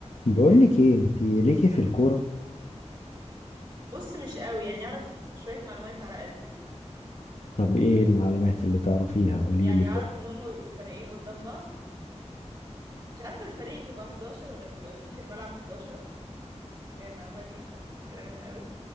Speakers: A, on the left; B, on the right.
A: بقول لك ايه انت ليكي في الكوره
B: بص مش قوي يعني اعرف شوية معلومات على قدي
A: طب ايه المعلومات اللي تعرفيها قولي
B: يعني
A: لي
B: اعرف
A: كده
B: ان هما بيبقوا فريقين قدام بعض مش عارفة الفريق بيبقى 11 ولا بيبقى فيه في الملعب 11 المعلومة دي مش متأكدة منها قوي